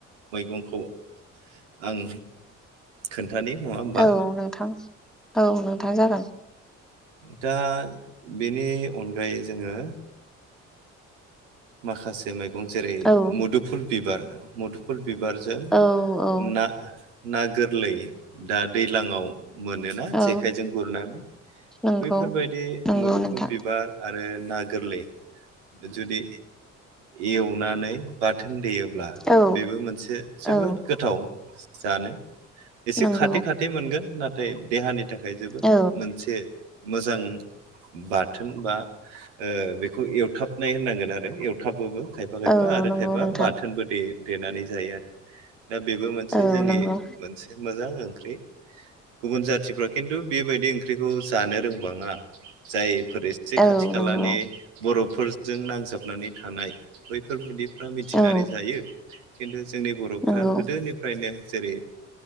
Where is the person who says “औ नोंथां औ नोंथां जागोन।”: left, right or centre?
Centre